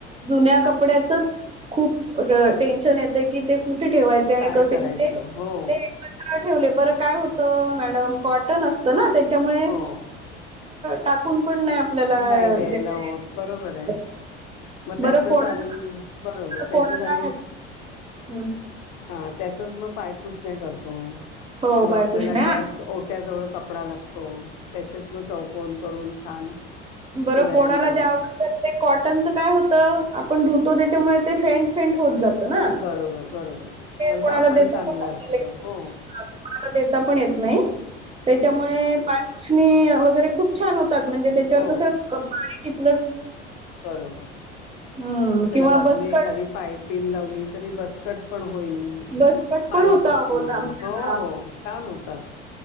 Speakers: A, on the right; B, on the left.
A: जुन्या कपड्याचच खूप टेन्शन येतं की ते कू ठे ठेंवायचे आणि
B: काय
A: कसे
B: करायचं?
A: म्हणजे
B: हो,
A: ते एकत्र ठेवल बर काय होत मॅडम कॉटन असत ना त्याच्यामुळे
B: हो.
A: टाकून पण नाही आपल्याला
B: नाही द्यायला
A: देता
B: होत बरोबर
A: येत
B: आहे मग त्याचच
A: बरं कोणाला
B: आम्ही बरोबर त्याचेच
A: कोणाला
B: आम्ही
A: नाही हं.
B: हा त्याचाच मग पाय पुसण्या करतो
A: हो
B: किंवा
A: पायपुसण्या
B: आपल्याला गॅस ओट्या जवळ कपडा लागतो तो त्याचेच मग चौकन करून छान
A: बर
B: शिलाया
A: कोणाला
B: मारून
A: द्यावं तर ते कॉटनच काय होत आपण धुतो त्याच्यामुळे ते फेंट फेंट होत जात तना
B: बरोबर बरोबर पण
A: कोणाला
B: कापड
A: देतात
B: चांगलं
A: कोणाला
B: असतं हो
A: देता पण येत नाही त्याच्यामुळे
B: नाही
A: पायपुषणी वगैरे खूप छान होतात म्हणजे त्याच्यावर
B: हो
A: कसे पाणी ट
B: बरोबर
A: हम्म
B: त्याला
A: किंवा
B: बाजूने
A: बसकट
B: एखादी पायपिन लावली तरी बसकट पण होईल
A: बसकट
B: पायपुसणे
A: पण होता अहो लांबच्याला
B: हो हो छान होतात